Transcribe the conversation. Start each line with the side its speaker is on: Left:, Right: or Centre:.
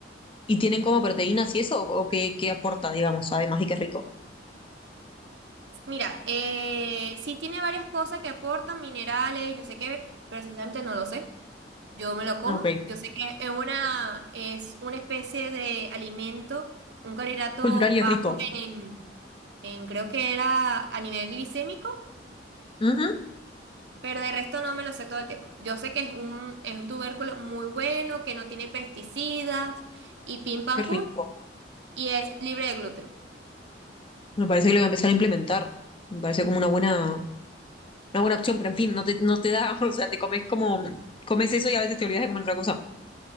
Left: ¿Y tienen como proteínas y eso? ¿O, o qué, qué aporta, digamos, además de que es rico?
Right: Mira, eh, sí tiene varias cosas que aportan, minerales y no sé qué, pero sinceramente no lo sé. Yo me lo como.
Left: Ah, Ok,
Right: Yo sé que es una, es una especie de alimento, un carbohidrato
Left: cultural y
Right: bajo
Left: es rico.
Right: en, en creo que era a nivel glicémico,
Left: Ujú,
Right: pero de resto no me lo sé todo el tiempo. Yo sé que es un, es un tubérculo muy bueno, que no tiene pesticidas y pim pam
Left: Qué rico.
Right: pum, y es libre de gluten.
Left: Me parece que lo voy a empezar a implementar. Me parece como una buena, una buena opción, pero en fin, no te, no te da, <laughs> o sea, te comes como, comes eso y a veces te olvidas de comer otra cosa.